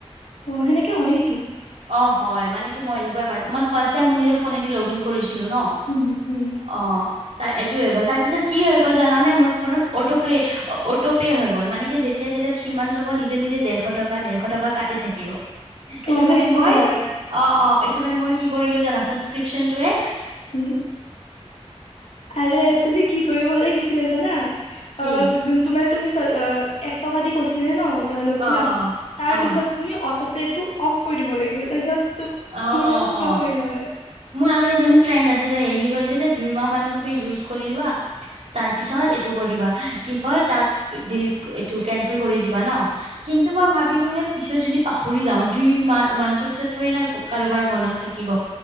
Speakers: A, on the left; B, on the right.
A: অ' সেনেকে হয় নেকি?
B: অ', হয় মানে কি মই এনেকুৱাই পাইছোঁ মই ফাৰ্ষ্ট টাইম মোৰ নিজৰ ফোনেদি লগ ইন কৰিছোঁ। ছিলো ন
A: উম, হুম।
B: অ তাই এইটো হৈ গ'ল তাৰপিছত কি হৈ গ'ল জানে মোৰ ফোনত অট পে অটোপে' হৈ গ'ল মানে কি যেতিয়া যেতিয়া ত্ৰিমান চব নিজে নিজে দেৰশ টকা দেৰ শ টকা কাটি থাকিব এইটো
A: অ',
B: কাৰণে
A: সেইটো
B: মই,
A: হয়
B: অ অ। এইটো মানে মই কি কৰিলো জানা ছাবক্ৰিবচনটোৱে
A: উম আৰে তুমি কি কৰিব লাগিছিলে জানা
B: কি
A: অ যোন তো মানে তুমি চ অ এক টকা এটা দি কৈছিলে ন লৈছিলা।
B: অ অ
A: তাৰ
B: অ
A: পিছত তুমি অটপেটো অফ কৰি দিব লাগিছিল, তাৰপিছত
B: অ
A: মই
B: অ
A: তুমি চাব
B: অ
A: পাৰিলা হয়।
B: মোৰ আৰু এজন ফ্ৰেণ্ড আ টুডেই সি কৈছে যে দুইমাহ মান তুমি ইউজ কৰি লোৱা, তাৰ পিছত এইটো কৰিবা। কি কয় তাক ডিলিট এইটো কেনচেল কৰি দিবা ন কিন্তু মই ভাবিলো যে পিছত যদি পাহৰি যাওঁ দুই মা মাঞ্চৰ পিছত ঠৰি না কাৰোবাৰ মনত থাক কিব